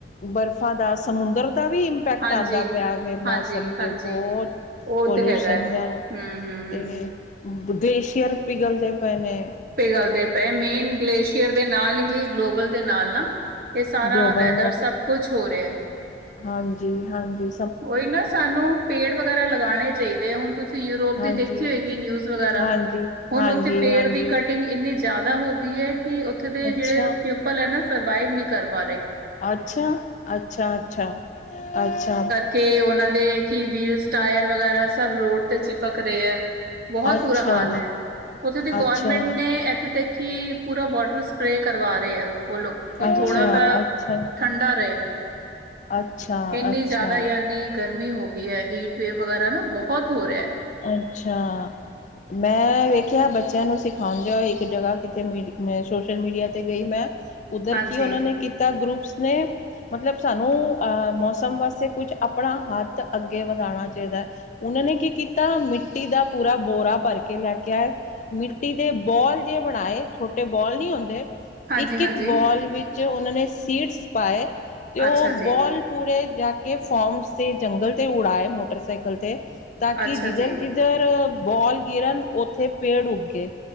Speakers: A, on the left; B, on the right.
A: ਬਰਫ਼ਾਂ ਦਾ, ਸਮੁੰਦਰ ਦਾ ਵੀ ਇੰਪੈਕਟ
B: ਹਾਂਜੀ
A: ਆਂਦਾ ਪਿਆ। ਤੇ ਮੌਸਮ
B: ਹਾਂਜੀ
A: ਤੇ
B: ਹਾਂਜੀ
A: ਬੋਤ
B: ਉਹ
A: ਪੋਲੂਸ਼ਨ
B: ਤੇ ਹੈਗਾ ਹੈ
A: ਦਾ
B: ਹਮ ਹਮ
A: ਤੇ‌ ਗਲੇਸ਼ੀਅਰ ਪਿਘਲਦੇ ਪਏ ਨੇ।
B: ਪੇ ਗੱਲਦੇ ਪਏ, ਮੇਨ ਗਲੇਸ਼ੀਅਰ ਦੇ ਨਾਲ ਹੀ ਗਲੋਬਲ ਦੇ ਨਾਲ ਨਾ, ਇਹ ਸਾਰਾ
A: ਗਲੋਬਲ
B: ਵੈਦਰ ਸਭ ਕੁਛ ਹੋ ਰਿਹਾ।
A: ਹਾਂਜੀ-ਹਾਂਜੀ।
B: ਓਈ ਨਾ ਸਾਨੂੰ ਪੇੜ ਵਗੈਰਾ ਲਗਾਣੇ ਚਾਈ ਦੇ ਹੁਣ ਤੁਸੀਂ ਯੂਰੋਪ
A: ਹਾਂਜੀ
B: ਦੀ ਦੇਖੀ ਹੋਏਗੀ ਨਿਊਜ਼ ਵਗੈਰਾ,
A: ਹਾਂਜੀ
B: ਹੁਣ
A: ਹਾਂਜੀ
B: ਓਥੇ ਪੇੜ
A: ਹਾਂਜੀ
B: ਦੀ ਕਟਿੰਗ ਇੰਨੀ ਜ਼ਿਆਦਾ ਹੋ ਗਈ ਏ ਕਿ, ਉੱਥੇ ਦੇ
A: ਅੱਛਾ
B: ਜਿਹੜੇ ਪੀਪਲ ਐ ਨਾ, ਸਰਵਾਈਵ ਨਹੀਂ ਕਰ ਪਾ ਰਹੇ।
A: ਅੱਛਾ, ਅੱਛਾ-ਅੱਛਾ, ਅੱਛਾ।
B: ਕੇ ਉਹਨਾ ਦੇ ਕੀ ਵੀਲਸ-ਟਾਇਰ ਵਗੈਰਾ, ਸਬ ਰੋਡ ਤੇ ਚਿਪਕ ਰਹੇ ਆ। ਬਹੁਤ
A: ਅੱਛਾ
B: ਬੁਰਾ ਹਾਲ ਹੈ, ਉੱਥੇ ਤੇ ਗੌਰਮੈਂਟ
A: ਅੱਛਾ
B: ਨੇ, ਇੱਥੇ ਤੇ ਕੀ, ਪੂਰਾ ਵਾਟਰ ਸਪ੍ਰੇ ਕਰਵਾ ਰਹੇ ਆ, ਉਹ ਲੋਕ। ਕਿ
A: ਅੱਛਾ ਅੱਛਾ
B: ਥੋੜਾ ਤਾ
A: ਅੱਛਾ
B: ਠੰਡਾ ਰਹੇ,
A: ਅੱਛਾ
B: ਇੰਨੀ
A: ਅੱਛਾ
B: ਜ਼ਿਆਦਾ ਇੰਨੀ ਗਰਮੀ ਹੋ ਗਈ ਐ, ਹੀਟ ਵੇੇਵ ਵਗੈਰਾ ਨਾ ਬਹੁਤ ਹੋ ਰਿਹਾ।
A: ਅੱਛਾ! ਮੈਂ, ਵੇਖਿਆ ਬੱਚਿਆਂ ਨੂੰ ਸਿਖਾਉਂਦੇ ਇੱਕ ਜਗ੍ਹਾ ਕਿਥੇ ਮੀ, ਸੋਸ਼ਲ ਮੀਡੀਆ 'ਤੇ ਗਈ ਮੈਂ। ਉੱਧਰ
B: ਹਾਂਜੀ
A: ਕੀ ਉਹਨਾਂ ਨੇ ਕੀਤਾ, ਗਰੁੱਪਸ ਨੇ। ਮਤਲਬ ਸਾਨੂੰ, ਅ ਮੌਸਮ ਵਾਸਤੇ ਕੁਝ ਆਪਣਾ ਹੱਥ ਅੱਗੇ ਵਧਾਣਾ ਚਾਹੀਦਾ। ਉਹਨਾਂ ਨੇ ਕੀ, ਕੀ ਤਾਂ ਮਿੱਟੀ ਦਾ ਪੂਰਾ ਬੋਰਾ ਭਰਕੇ ਲੈਕੇ ਆਏ, ਮਿੱਟੀ ਦੇ ਬੌਲ ਜੇ ਬਣਾਏ। ਛੋਟੇ ਬੌਲ ਨਹੀਂ ਹੋਂਦੇ,
B: ਹਾਂਜੀ
A: ਇੱਕ-ਇੱਕ
B: ਹਾਂਜੀ
A: ਬੌਲ ਵਿੱਚ ਉਹਨਾਂ ਨੇ ਸੀਡਸ ਪਾਏ। ਤੇ ਉਹ
B: ਅੱਛਾ
A: ਬੌਲ
B: ਜੀ
A: ਪੂਰੇ ਜਾਕੇ ਫੌਰਮਸ ਤੇ ਜੰਗਲ 'ਤੇ ਉਡਾਏ ਮੋਟਰਸਾਈਕਲ 'ਤੇ। ਤਾਂ ਕਿ
B: ਅੱਛਾ
A: ਜਿਧਰ-ਜਿਧਰ,
B: ਜੀ
A: ਬੌਲ ਗਿਰਨ ਉੱਥੇ ਪੇੜ ਉੱਗੇ।